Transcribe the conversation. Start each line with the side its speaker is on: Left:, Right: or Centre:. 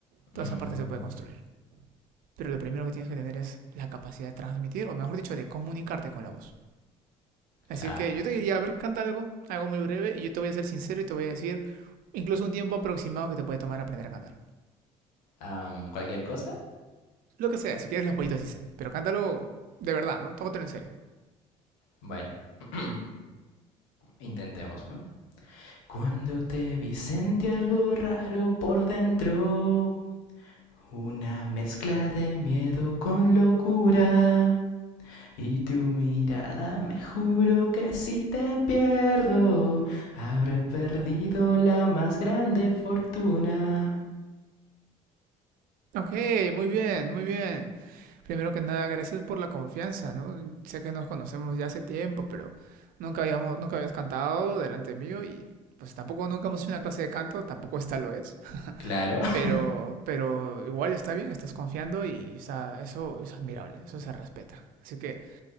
Right: Toda
Left: mm,
Right: esa parte se puede construir. Pero lo primero que tienes que tener es la capacidad de transmitir, o mejor dicho, de comunicarte con la voz. Así
Left: claro.
Right: que yo te diría, a ver, canta algo, algo muy breve, y yo te voy a ser sincero y te voy a decir incluso un tiempo aproximado que te puede tomar aprender a cantar.
Left: Am, ¿cualquier cosa?
Right: Lo que sea, si quieres los pollitos dicen. Pero cántalo de verdad, ¿no? Tómatelo en serio.
Left: Bueno, <clears throat> intentemos. ¿va? Cuando te vi sentí algo raro por dentro. Una mezcla de miedo con locura. Y tu mirada me juro que si te pierdo, habré perdido la más grande fortuna.
Right: Ok, muy bien, muy bien. Primero que nada, gracias por la confianza, ¿no? Sé que nos conocemos ya hace tiempo, pero nunca habíamos, nunca habías cantado delante mío y pues tampoco nunca hemos hecho una clase de canto, tampoco esta lo es.
Left: Claro, <laughs>
Right: Pero, pero igual está bien, estás confiando y está, eso es admirable, eso se respeta. Así que,